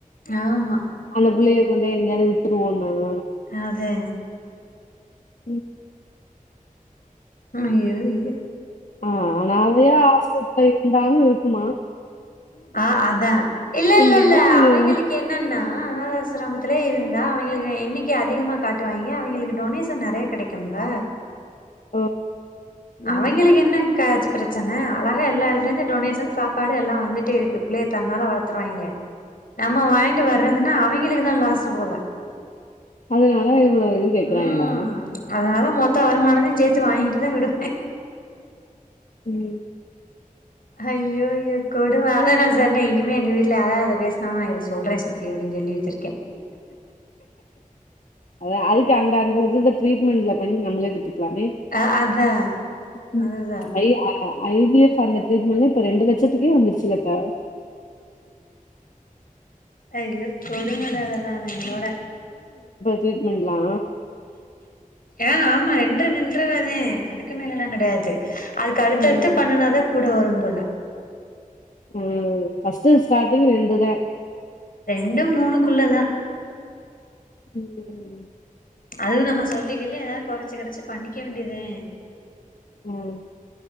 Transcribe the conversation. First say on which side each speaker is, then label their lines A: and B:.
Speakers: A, on the left; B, on the left.
A: ஆமா
B: அந்த புள்ளைய கொண்டு போய் எங்கயாவ்து விட் <unintelligible>
A: அதே
B: உம்
A: அய்யோ அய்யோ
B: ஆஹ் ஆனாதயா ஆசிரத்துல இருந்தாலு இரு க்குமா
A: ஆஹ் அதா இல்லல்ல
B: சொன்னா நீங்க
A: அவங்களுக்கு
B: இவ்வளவு-
A: என்னன்னா அனாத ஆசிரமத்துல இருந் தா அவிங்களுக்கு எண்ணிக்கை அதிகமா காட்டுவாய்ங்க அவிங்களுக்கு டொனேஷன் நெறயா கெடைக்குமெல்ல
B: ஓ
A: அவிங்களுகென்னாச்சு
B: ம்.
A: பிரச்சன அழகா எல்லா எடத்துலருந்து டொனேஷன் சாப்பாடு எல்லா வந்துட்டே இருக்கு பிள்ளைய தன்னால வளத்துருவாய்ங்க நம்ம வாங்கிட்டு வர்றதுன்னா அவங்களுக்குதா லாசு போல
B: அதனால இவ்ளவு இது கேக்குறாங்கிளா
A: ம் அதனால மொத்த வருமானமே சேத்து வாங்கிட்டுதா விடு
B: உம்
A: ஹய்யோ யோ கொடுவால நா சொன்னே இனிமே எங்க வீட்ல யாராவது பேசினா நா இத சொல்ற சித்தி அப்படின்னு சொல்லி வெச்சிருக்க
B: அத அதுக்கு அந்த அங்க வெச்சுட்டு டரீட்மண்ட்ல பண்ணி நம்ளே பெத் துக்கலாமே
A: அ அதா
B: ப்ச்
A: அதுதா
B: ஐ ஐ வி எஃப் சொ அந்த ட்ரீட்மெண்ட் எல்லா இப்போ ரெண்டு லட்சத்துக்கே வந்துருச்சில்ல இப்ப
A: ஐயோ கொடுமடா அதெல்லா இவங்களோட
B: ட்ரீட்மென்ட்லா
A: ஆ ஆமா ரெண்ர ரெண் ரெண்ரதானே அதுக்கு மேலெல்லா கெடையாது அதுக்கு அடுத்தடுத்து
B: ம்
A: பண்ணுனாதா கூட வரும் ம்போல
B: ஹ்ம் ஃபர்ஸ்ட்டு ஸ்டார்ட்டிங் ரெண்டுதா
A: ரெண்டு மூணுக்குள்ளதா
B: உம்
A: அதுவு நம்ம சொல்லிகில்லி எதாவது கொறச்சு கிறச்சு பண்ணிக்க வேண்டியதுதே
B: உம்